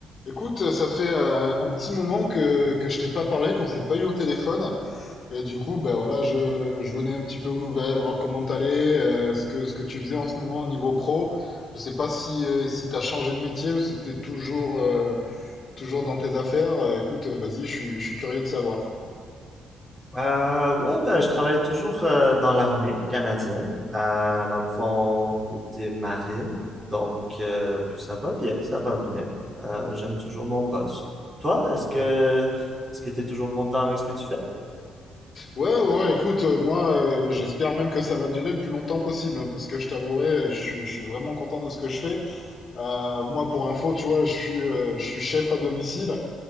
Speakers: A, on the left; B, on the right.
A: Écoute, ça fait euh, un petit moment que, que je t'ai pas parlé, qu'on s'est pas eu au téléphone. Et du coup, ben voilà, je, je venais un petit peu aux nouvelles, voir comment t'allais, euh, ce que, ce que tu faisais en ce moment au niveau pro. Je sais pas si, euh, si t'as changé de métier ou si t'es toujours, euh, toujours dans tes affaires. Euh, écoute, euh, vas-y, je suis, je suis curieux de savoir.
B: Euh, ouais, ben, je travaille toujours euh, dans l'armée canadienne, euh, dans le fond, côté marine. Donc, euh, puis ça va bien, ça va bien. Euh, j'aime toujours mon poste. Toi, est-ce que
A: Ouais,
B: est-ce que t'es toujours content avec ce que tu fais?
A: ouais, ouais, écoute, euh, moi, euh, j'espère même que ça va durer le plus longtemps possible, hein, parce que je t'avouerai, euh, je suis, je suis vraiment content de ce que je fais. Euh, moi, pour info, tu vois, je suis, euh, je suis chef à domicile.